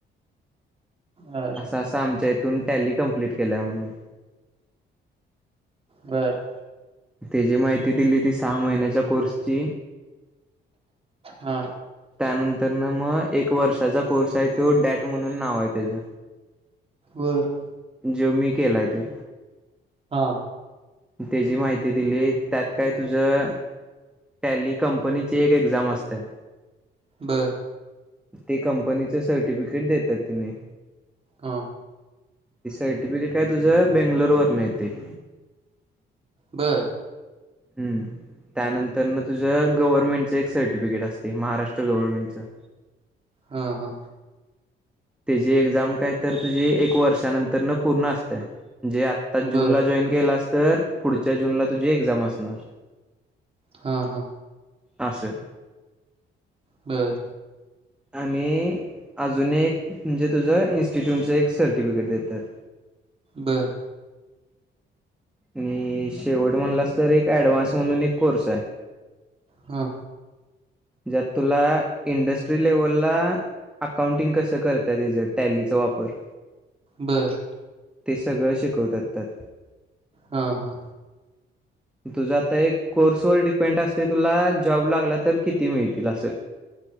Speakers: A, on the right (about 30°); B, in the centre.
A: बर.
B: असं असं आमच्या तून टॅली कंप्लीट केला म्हणून.
A: बर.
B: ते जी माहिती दिली ती सहा महिन्याच्या कोर्सची
A: हां.
B: त्यानंतर न म एक वर्षाचा कोर्स आहे तो. टॉट म्हणून नाव आहे त्याज.
A: बरं.
B: ज्यो मी केलाय त्यो.
A: हां.
B: त्याजी माहिती दिली त्यात काय तुझं टॅली कंपनीची एक एक्झाम असते.
A: बरं.
B: ते कंपनीचं सर्टिफिकेट देतात तिने
A: हा
B: ते सर्टिफिकेट काय तुझं बेंगलोर वर नाही य ते <inaudible>
A: बरं
B: हम्म त्यानंतर ना तुझं गव्हर्नमेंटचं एक सर्टिफिकेट असते महाराष्ट्र गव्हर्नमेंटचं
A: हां ह.
B: त्यजी एक्झाम काय तर तुझी एक वर्षानंतर न पूर्ण असते. जे आत्ताच जूनला
A: बर
B: जॉईन केलंस तर पुढच्या जूनला तुझी एक्झाम असणार.
A: हां हां.
B: आस.
A: बरं.
B: आणि् अजून एक म्हणजे तुझं इन्स्टिट्यूटचं एक सर्टिफिकेट देतात.
A: बर.
B: आणि शेवट म्हणलास तर एक ऍडव्हान्स म्हणून एक कोर्से.
A: हा.
B: ज्यात तुला इंडस्ट्री लेवला अकाउंटिंग कसं करता <unintelligible> त त्याचं टॅलीचा वापर
A: बर.
B: ते सगळं शिकवतातात त्यात.
A: हां हां.
B: तुझा आता एक कोर्स वर डिपेंड असते तुला जॉब लागला तर किती मिळतील असं.